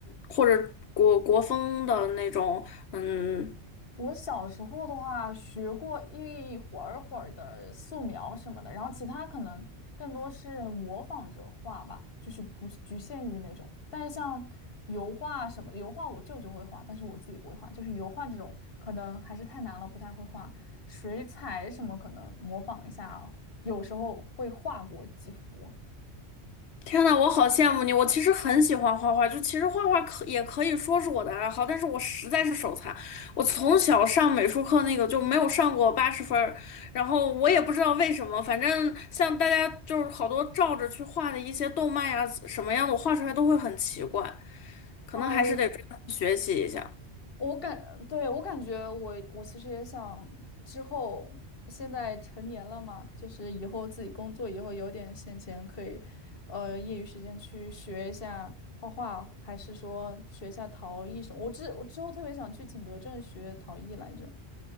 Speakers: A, on the left (about 75°); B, on the left (about 60°).
A: 或者国国风的那种？嗯，
B: 我小时候的话，学过一会儿会儿的素描什么的，然后其他可能更多是模仿着画吧，就是不是局限于那种。但是像油画什么的，油画我舅舅会画，但是我自己不会画。就是油画这种，可能还是太难了，不太会画。水彩什么可能模仿一下，有时候会画过几幅。
A: 天呐，我好羡慕你！我其实很喜欢画画，就其实画画可也可以说是我的爱好，但是我实在是手残，我从小上美术课那个就没有上过八十分儿，然后我也不知道为什么，反正像大家就是好多照着去画的一些动漫呀什么样的，我画出来都会很奇怪。可能还是得专门学习一下。
B: 哦，我感，对，我感觉我我其实也想之后，现在成年了嘛，就是以后自己工作以后有点闲钱，可以，呃，业余时间去学一下画画，还是说学一下陶艺什么？我之我之后特别想去景德镇学陶艺来着。